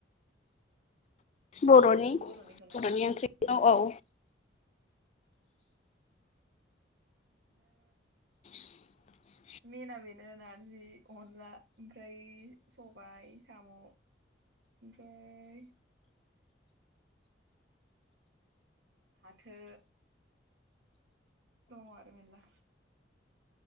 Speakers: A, on the left; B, on the right.
A: बर'नि
B: बर'निखौना
A: बर'नि ओंख्रि
B: उम
A: औ औ।
B: ओ बिदिनो
A: <inaudible>
B: मेना बेनो नार्जि, अनला ओमफ्राय सबाइ, साम' ओमफ्राय फाथो। दङ' आरो मेला